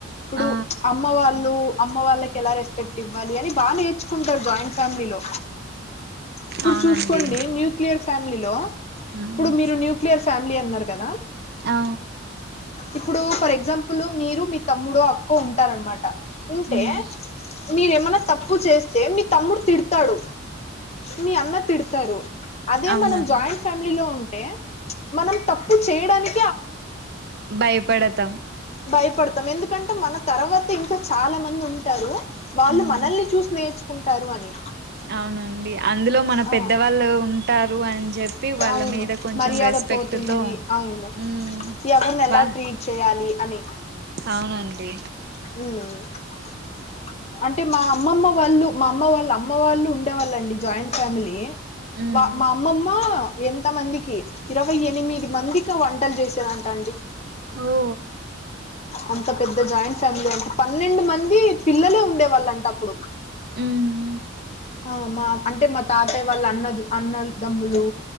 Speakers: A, on the left (about 35°); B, on the right (about 55°).
A: ఇప్పుడు
B: ఆ
A: అమ్మ వాళ్ళు అమ్మ వాళ్ళకి ఎలా రెస్పెక్ట్ ఇవ్వాలి అని బాగా నేర్చుకుంటారు జాయింట్ ఫ్యామిలీలో ఇప్పుడు
B: అవునండి
A: చూసుకోండి న్యూక్లియర్ ఫ్యామిలీలో
B: మ్మ్
A: ఇప్పుడు మీరు న్యూక్లియర్ ఫ్యామిలీ అన్నారు కదా
B: ఆ
A: ఇప్పుడు ఫర్ ఎగ్జాం ప్పులు మీరు మీ తమ్ముడు అక్కో ఉంటారన్నమాట ఉంటే
B: మ్మ్
A: మీరేమన్నా తప్ ప్పు చేస్తే మీ తమ్ముడు తిడతాడు మీ అన్న తిడతారు అదే
B: అవునండి
A: మనం జాయింట్ ఫ్యామిలీలో ఉన్ టే మనం తప్పు చేయడాని
B: భయపడ త్తం
A: భయపడతాం ఎందుకంటే మన తర్వాత ఇంకా చాలా మంది ఉంటారు వాళ్ళు
B: మ్మ్
A: మనల్ని చూసి నేర్చు కుంటారు అని
B: అవునండి అందులో మన
A: ఆ
B: పెద్దవాళ్ళు ఉ ఉంటారు అని చెప్పి వాళ్ళ
A: అవును
B: మీద కొంచెం
A: మర్యాద
B: రెస్పెక్ట్
A: పోతుంది
B: తో
A: అవును
B: హు
A: ఎవరిని ఎలా
B: వా
A: ట్రీట్ చేయాలి అని
B: అవునండి
A: మ్ అంటే మా అమ్మమ్మ వాళ్ళు మా అమ్మ వాళ్ళ అమ్మ వాళ్ళు ఉండేవాళ్ళండి జాయింట్ ఫ్యామిలీ
B: మ్మ్
A: వా మా అమ్మమ్మా ఎంత మందికి ఇరవై ఎనిమిది మంది ఇంకా వంటలు చేసేదంటండి
B: ఓ
A: అంత పెద్ద జాయింట్ ఫ్యామిలీ అంటే పన్నెండు మంది పిల్లలే ఉండే వాళ్ళంట అప్పుడు
B: ఉమ్
A: ఆ మా అంటే మా తాతయ్య వాళ్ళ అన్న అన్నదమ్ములు